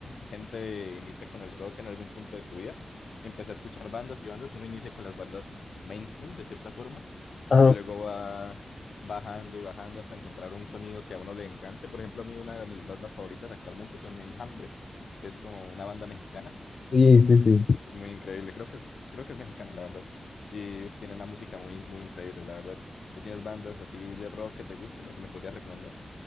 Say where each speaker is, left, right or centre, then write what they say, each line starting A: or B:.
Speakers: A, on the left (about 80°); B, on the left (about 60°).
A: gente inicia con el rock en algún punto de su vida, empecé a escuchar bandas y bandas. Uno inicia con las bandas mainstream, de cierta forma,
B: Ajá.
A: luego va bajando y bajando hasta encontrar un sonido que a uno le encante. Por ejemplo, a mí una de mis bandas favoritas actualmente son Enjambre, que es como una banda mexicana
B: Sí, sí, sí.
A: Es muy increíble, creo que es, creo que es mexicana, la verdad. Y uf, tiene una música muy, muy increíble, la verdad. ¿Tú tienes bandas así de rock que te gusten o que me podrías recomendar?